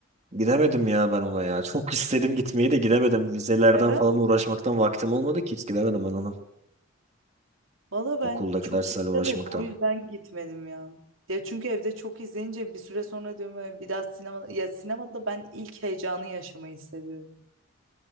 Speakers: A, on the right; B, on the right.
A: Gidemedim ya ben ona ya. Çok <laughs> istedim gitmeyi de gidemedim. Vizelerden
B: Neden?
A: falan uğraşmaktan vaktim olmadı ki hiç gidemedim ben onun
B: Valla ben
A: Okuldaki
B: çok
A: derslerle
B: istemedim
A: uğraşmaktan.
B: o yüzden gitmedim ya. Ya çünkü evde çok izleyince bir süre sonra diyorum "E, bir daha sinemada ya sinemada ben ilk heyecanı yaşamayı seviyorum.